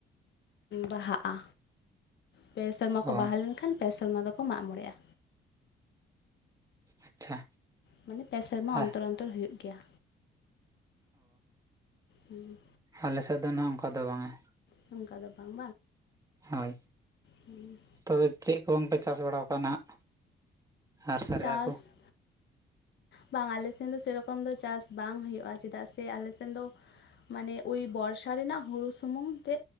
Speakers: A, on the left; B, on the right.
A: ᱵᱟᱦᱟᱜᱼᱟ᱾ ᱯᱮ ᱥᱮᱨᱢᱟ ᱠᱚ
B: ᱚ
A: ᱵᱟᱦᱟ ᱞᱮᱱᱠᱷᱟᱱ ᱯᱮ ᱥᱮᱨᱢᱟ ᱫᱚᱠᱚ ᱢᱟᱜᱽ ᱢᱚᱬᱮᱜ-ᱟ᱾
B: ᱟᱪᱪᱷᱟ
A: ᱢᱟᱱᱮ ᱯᱮ ᱥᱮᱨᱢᱟ
B: ᱟᱨ
A: ᱚᱱᱛᱚᱨ ᱚᱱᱛᱚᱨ ᱦᱩᱭᱩᱜ ᱜᱮᱭᱟ᱾ ᱦᱩᱸ,
B: ᱟᱞᱮᱥᱮᱫ ᱫᱚ ᱱᱟᱜ ᱚᱱᱠᱟ ᱫᱚ ᱵᱟᱝᱼᱟ᱾
A: ᱱᱚᱝᱠᱟ ᱫᱚ ᱵᱟᱝ
B: ᱦᱳᱭ
A: ᱦᱩᱸ᱾
B: ᱛᱚᱵᱮ ᱪᱮᱫ ᱠᱚᱝᱯᱮ ᱪᱟᱥ ᱵᱟᱲᱟᱣ ᱠᱟᱜᱼᱟ ᱱᱟᱦᱟᱜ ᱟᱨ ᱥᱟᱨᱮᱡ
A: ᱪᱟᱥ
B: ᱟᱜ ᱠᱚ
A: ᱵᱟᱝ ᱟᱞᱮ ᱥᱮᱱ ᱫᱚ ᱥᱮᱨᱚᱠᱚᱢ ᱫᱚ ᱪᱟᱥ ᱵᱟᱝ ᱦᱩᱭᱩᱜᱼᱟ ᱾ᱪᱮᱫᱟᱜ ᱥᱮ ᱟᱞᱮ ᱥᱮᱱ ᱫᱚ ᱢᱟᱱᱮ ᱳᱭ ᱵᱚᱨᱥᱟ ᱨᱮᱱᱟᱜ ᱦᱩᱲᱩ ᱥᱩᱢᱩᱝ ᱛᱮ